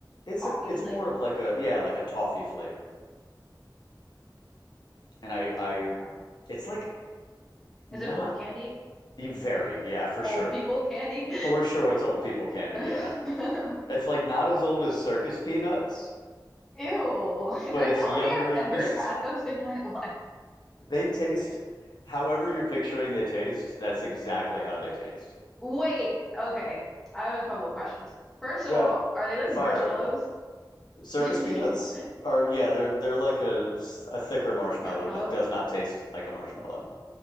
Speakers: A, on the left (about 65°); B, in the centre.
A: it's
B: coffee,
A: a it's more
B: like
A: of like a yeah like a toffee flavor, and I I
B: I don't know.
A: it's like not
B: Is it old candy?
A: very yeah for sure
B: Old people candy?
A: for sure it's old people candy
B: <laughs>
A: yeah it's like not as old as circus peanuts,
B: Ew. <laughs> I
A: but it's
B: don't
A: younger.
B: think I've
A: than-
B: ever
A: <laughs>
B: had those in my life.
A: They taste however
B: <laughs>
A: you're picturing they taste. That's exactly how they taste.
B: Wait, okay. I have a couple of questions. First of
A: Uh,
B: all, are they like
A: fire
B: marshmallows?
A: at will. Circus
B: <laughs>
A: peanuts are yeah they're they're like a s- a thicker marshmallow
B: Marshmallow?
A: that does not taste like a marshmallow.